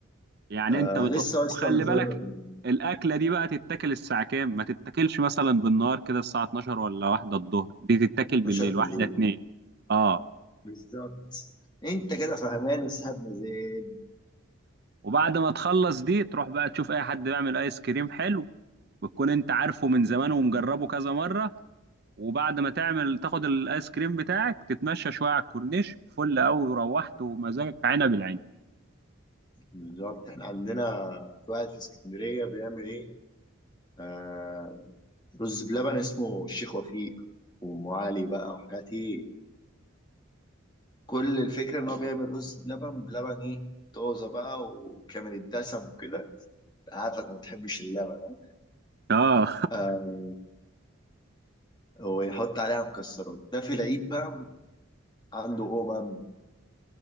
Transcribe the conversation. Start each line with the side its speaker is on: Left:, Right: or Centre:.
Right: يعني
Left: آه
Right: أنت بتروح
Left: لسه اصلا
Right: وخلي
Left: مجرب
Right: بالك
Left: من
Right: الأكلة دي بقى تتاكل الساعة كام ما تتاكلش مثلا بالنهار كده الساعة 12 ولا واحدة الظهر دي تتاكل
Left: 12
Right: بالليل
Left: بالليل
Right: واحدة اتنين اه
Left: بالظبط انت كده فهمان وسهب مزاج
Right: وبعد ما تخلص دي تروح بقى تشوف أي حد بيعمل آيس كريم حلو وتكون أنت عارفه من
Left: مم.
Right: زمان ومجربه كذا مرة وبعد ما تعمل تاخد الايس كريم بتاعك تتمشى شويه على الكورنيش فل قوي وروحت ومزاجك عنب العنب
Left: بالظبط احنا عندنا في واحد في اسكندريه بيعمل ايه رز بلبن اسمه الشيخ وفيق وام علي بقى وحاجات ايه كل الفكره ان هو بيعمل رز بلبن بلبن ايه طازه بقى وكامل الدسم وكده عارفك ما بتحبش اللبن
Right: اه
Left: آه ويحط عليها مكسرات ده في العيد بقى عنده قومه